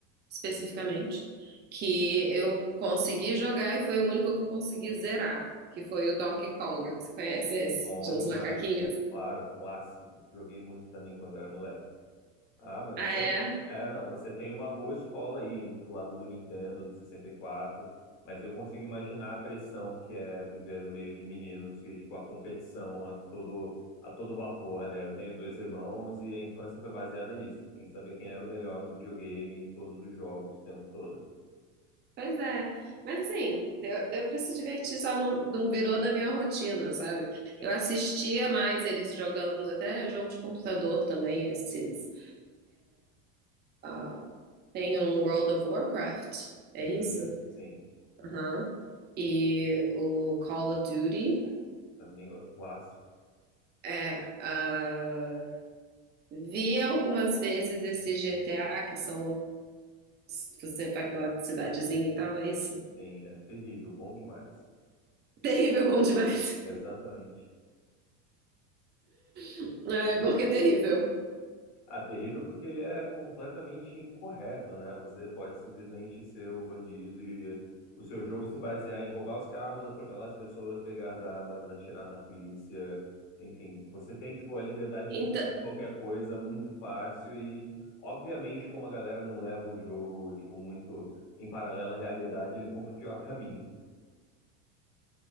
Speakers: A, on the right (about 25°); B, on the left (about 55°).
A: especificamente, que eu consegui jogar e foi o único que eu consegui zerar, que foi o Donkey Kong. Você conhece esse?
B: Bom
A: De uns
B: demais,
A: macaquinhos?
B: né? Claro, clássico. Joguei muito também quando era moleque. Ah, mas
A: Ah,
B: você.
A: é?
B: É, não, você tem uma boa escola aí indo pro lado do Nintendo, do 64. mas eu consigo imaginar a pressão que é viver no meio de meninos, que, tipo, a competição a todo, a todo vapor, né? Eu tenho dois irmãos e a infância foi baseada nisso, em saber quem era o melhor no videogame, em todos os jogos, o tempo todo.
A: Pois é. Mas assim, deu, deu pra se divertir, só não, não virou da minha rotina, sabe?
B: Sim.
A: Eu assistia mais eles jogando, até jogo de computador também, esses. ah, tem um World of Warcraft, é
B: Uhum,
A: isso?
B: sim.
A: Aham. e o Call of Duty.
B: Também outro clássico.
A: É, ah, vi algumas vezes esse GTA, que são os, você vai pela cidadezinha e tal, é isso.
B: Sim, é terrível, bom demais.
A: <laughs> Terrível, bom demais.
B: Exatamente.
A: <laughs> Ai, porque é terrível.
B: Ah, terrível porque ele é completamente incorreto, né? Você pode simplesmente ser um bandido e o seu jogo se basear em roubar os carros, atropelar as pessoas, pegar as armas, atirar na polícia. Enfim, você tem, tipo, a liberdade de
A: Então,
B: fazer qualquer coisa muito fácil e, obviamente, como a galera não leva o jogo, tipo, muito em paralelo à realidade, eles vão pro pior <laughs> caminho.